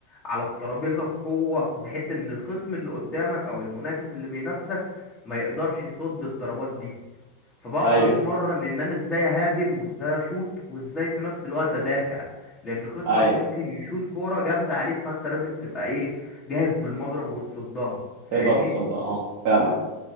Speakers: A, on the left; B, on the right.
A: على الترابيزة بقوة بحيث ان الخصم اللي قدامك او المنافس اللي بينافسك ما يقدرش يصد الضربات دي فبقعد
B: ايوه
A: اتمرن ان انا ازاي اهاجم وازاي اشوط وازاي في نفس الوقت ادافع لان خصمك
B: ايوه
A: ممكن يشوط كورة جامدة عليك فانت لازم تبقى ايه جاهز بالمضرب وتصدها فاهمني
B: تقدر تصدق اه فاهمك